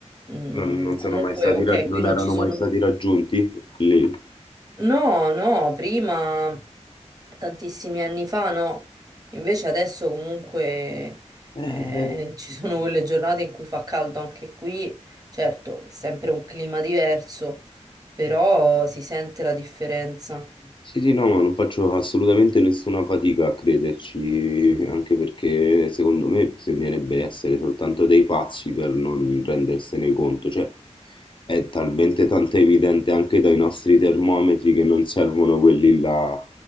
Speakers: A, on the right; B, on the left.
A: Mm,
B: Non, non
A: comunque,
B: sono mai stati,
A: ok,
B: rag- non
A: qui non
B: erano
A: ci sono.
B: mai stati raggiunti lì.
A: No, no, prima tantissimi anni fa no, invece adesso comunque
B: Eh,
A: eh, ci sono quelle giornate in cui fa caldo anche qui, certo, è sempre un clima diverso, però si sente la differenza.
B: Sì, sì, no, ma non faccio assolutamente nessuna fatica a crederci, anche perché secondo me bisognerebbe essere soltanto dei pazzi per non rendersene conto, cioè è talmente tanto evidente anche dai nostri termometri che non servono quelli là